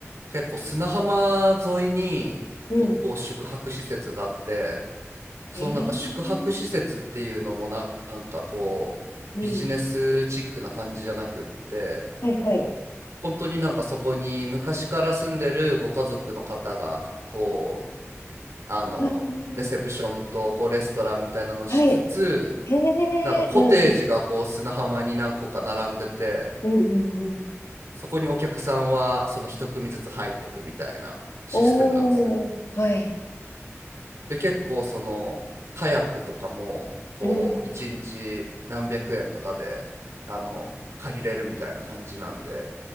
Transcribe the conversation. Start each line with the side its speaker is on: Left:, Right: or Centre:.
Right: 結構砂浜沿いに、
Left: うん。
Right: こう、宿泊施設があって、そのなんか宿泊施設っていうのもな、
Left: えー
Right: なんかこう、
Left: うん。
Right: ビジネスチックな感じじゃなくって、
Left: はいはい。
Right: 本当になんかそこに昔から住んでるご家族の方が、こう、あの、
Left: あー
Right: レセプションとこうレストランみたいなのをしつつ、
Left: はい。へ
Right: なんかコテージがこう砂浜に何個か並んでて
Left: え。うんうん。うんうんうん。
Right: そこにお客さんはその一組ずつ入ってくみたいなシステムなんですよ。
Left: おー。はい。
Right: で結構そのカヤックとかもこう1日何百円とかであの借りれるみたいな感じなんで
Left: うん。